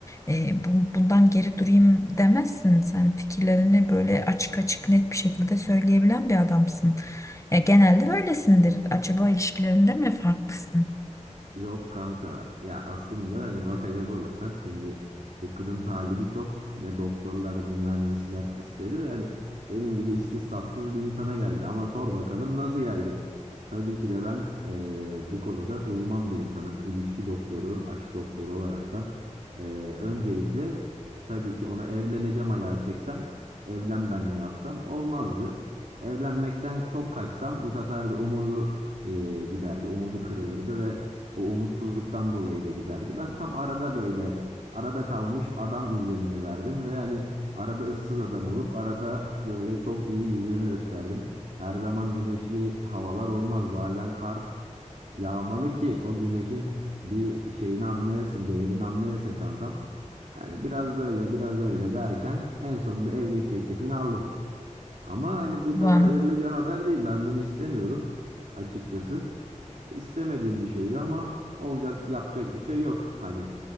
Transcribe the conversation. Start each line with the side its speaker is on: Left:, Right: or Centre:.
Left: e, bu- bundan geri durayım demezsin. Sen fikirlerini böyle açık açık net bir şekilde söyleyebilen bir adamsın. Ya genelde böylesindir. Acaba ilişkilerinde mi farklısın?
Right: Yok kanka ya aslında hani bakacak olursan şimdi bu kızın talibi çok ne doktorlar ne mühendisler istedi de hani benim gibi işsiz sapsız bir insana geldi ama sor bakalım nasıl geldi. Tabii ki de ben eee, bu konuda uzman bir insanım ilişki doktoru aşk doktoru olaraktan Eee, öncelikle tabii ki ona evleneceğim ayağı çeksem evlen ben ne yapsam olmazdı. Evlenmekten çok kaçsam bu sefer de umudu eee, giderdi umudu kırılırdı ve o umutsuzluktan dolayı da giderdi. Ben tam arada böyle arada kalmış adam izlenimi verdim ve hani arada ıssız adam olup arada böyle çok iyi yüzümü gösterdim. Her zaman güneşli havalar olmaz. Bazen kar yağmalı ki o güneşin bir şeyini anlayasın, değerini anlayasın kankam. Yani biraz böyle biraz öyle derken en sonunda evlilik teklifini aldım. Ama hani bu tabii
Left: Ulan
Right: hayırlı bir haber değil. Ben bunu istemiyordum açıkçası. İstemediğim bir şeydi ama olacak yapacak bir şey yok. Hani